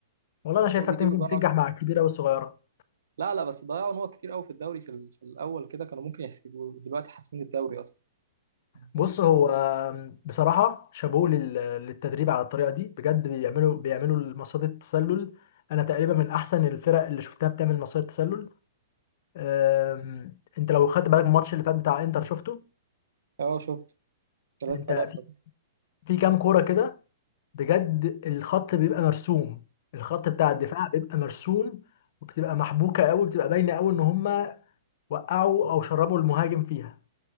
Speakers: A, on the left; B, on the right.
A: والله انا
B: بس
A: شايفها
B: هو بيجيب
A: بتنجح
B: جوان
A: بتنجح
B: اكتر
A: مع الكبيره والصغيره
B: لا لا بس ضيعوا نقط كتير قوي في الدوري في, ال... في الاول كده كانوا ممكن يحسبوا دلوقتي حاسمين الدوري اصلا
A: بص
B: يعني،
A: هو آم، بصراحه شابوه لل- للتدريب على الطريقه دي بجد بيعملوا بيعملوا مصيده التسلل انا تقريبا من احسن الفرق اللي شفتها بتعمل مصيدة تسلل أم، انت لو خدت بالك من الماتش اللي فات بتاع انتر شفته
B: فاهم اه شفت 3
A: انت
B: 3
A: في في كام كوره كده بجد الخط بيبقى مرسوم الخط بتاع الدفاع بيبقى مرسوم وبتبقى محبوكه قوي بتبقى باينه قوي ان هم وقعوا او شربوا المهاجم فيها